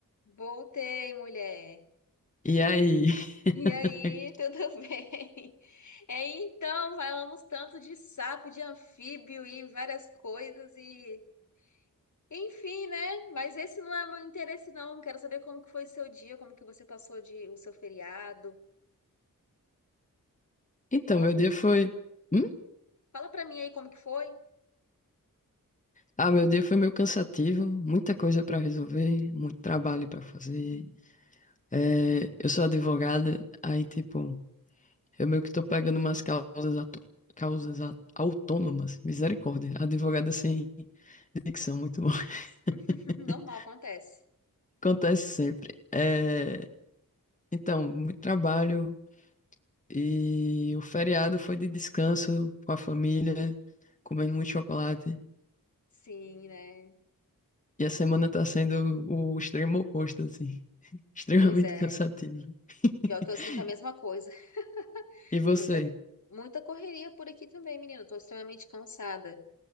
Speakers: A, on the left; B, on the left.
A: Voltei, mulher.
B: E aí?
A: E aí,
B: <laughs>
A: tudo <laughs> bem? É, então, falamos tanto de sapo, de anfíbio e várias coisas e... Enfim, né? Mas esse não é meu interesse, não. Quero saber como que foi seu dia, como que você passou de... o seu feriado.
B: Então,
A: Fala,
B: meu dia foi. Hum?
A: fala pra mim aí como que foi.
B: Ah, meu dia foi meio cansativo, muita coisa pra resolver, muito trabalho pra fazer. É, eu sou advogada, aí, tipo, eu meio que tô pegando umas causas, ato- causas a- autônomas, misericórdia. Advogada sem dicção, muito bom. <laughs>
A: <laughs> Normal, acontece.
B: Acontece sempre. É, então, muito trabalho e o feriado foi de descanso com a família, comendo muito chocolate.
A: Sim, né?
B: E a semana tá sendo o extremo oposto, assim. <laughs> Extremamente
A: Pois é.
B: cansativo. <laughs>
A: Pior que eu sinto a mesma coisa. <laughs>
B: E você,
A: Muita, muita correria por aqui também, menina. Eu tô extremamente cansada.